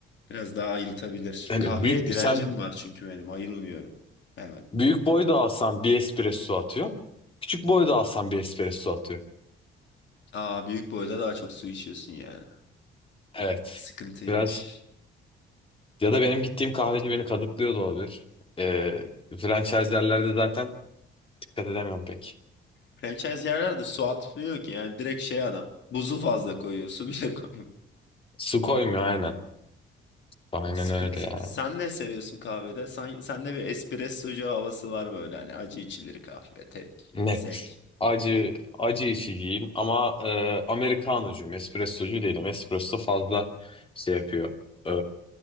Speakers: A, on the left; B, on the left.
A: Biraz daha ayıltabilir.
B: Yani
A: Kahveye
B: büyük,
A: direncim
B: sen
A: var çünkü benim ayılmıyorum hemen.
B: büyük boy da alsan bir espresso atıyor. Küçük boy da alsan bir espresso atıyor.
A: Aa büyük boyda daha çok su içiyorsun yani.
B: Evet.
A: Sıkıntıymış.
B: Biraz ya da benim gittiğim kahveci beni kadıklıyor da olabilir. Ee, franchise yerlerde zaten dikkat edemiyorum pek.
A: Franchise yerler de su atmıyor ki yani direkt şey adam. Buzu fazla koyuyor, su bile <laughs> koymuyor.
B: Su koymuyor aynen. Aynen
A: Sıkıntı.
B: öyle yani.
A: Sen ne seviyorsun kahvede? Sen, sende bir espressocu havası var böyle hani acı içilir kahve tek,
B: Ne
A: sek.
B: acı acı içiciyim ama e, Amerikanocuyum, espressocu değilim. Espresso fazla şey yapıyor. E,